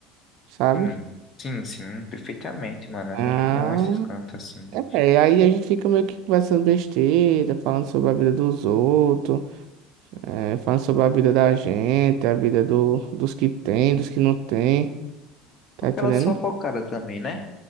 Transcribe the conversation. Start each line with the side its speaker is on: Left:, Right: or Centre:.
Right: sabe?
Left: Hum, sim, sim, perfeitamente, mano. É
Right: Ah,
Left: muito bom esses cantos assim.
Right: é, aí a gente fica meio que conversando besteira, falando sobre a vida dos outros. É, falando sobre a vida da gente, a vida do, dos que tem, dos que não tem, tá
Left: Aquela
Right: entendendo?
Left: sofocada também, né?